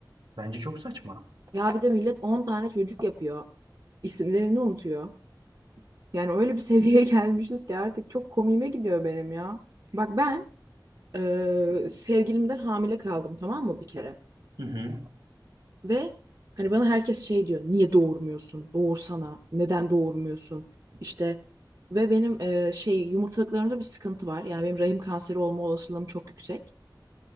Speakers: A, on the right; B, on the right.
A: Bence çok saçma.
B: Ya bir de millet 10 tane çocuk yapıyor. İsimlerini unutuyor. Yani öyle bir <laughs> seviyeye gelmişiz ki artık çok komiğime gidiyor benim ya. Bak ben eee, sevgilimden hamile kaldım tamam mı bir kere?
A: Hı hı.
B: Ve hani bana herkes şey diyor. Niye doğurmuyorsun? Doğursana. Neden doğurmuyorsun? İşte ve benim eee, şey yumurtalıklarımda bir sıkıntı var. Yani benim rahim kanseri olma olasılığım çok yüksek.